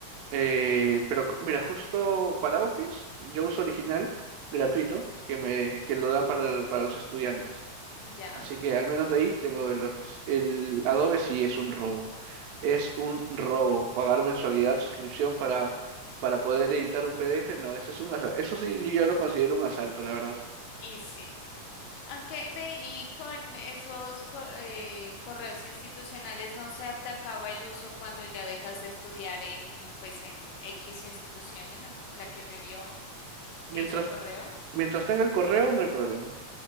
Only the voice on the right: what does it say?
Eh, pero cu- mira, justo para Office, yo uso original, gratuito, que me, que lo dan para, para los estudiantes.
Así que al menos de ahí tengo el Office. El Adobe sí es un robo. Es un robo. Pagar mensualidad, suscripción para, para poder editar un PDF, no, eso es un asa- Eso sí yo lo considero un asalto, la verdad.
Mientras,
mientras tenga el correo, no hay problema.